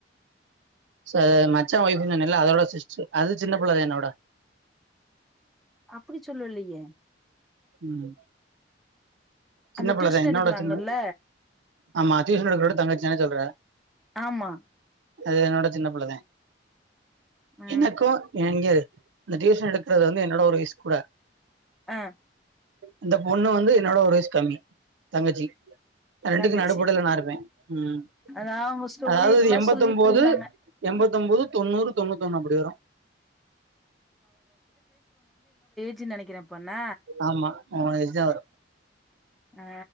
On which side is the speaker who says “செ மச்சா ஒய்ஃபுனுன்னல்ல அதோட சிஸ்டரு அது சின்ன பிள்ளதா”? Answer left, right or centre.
Right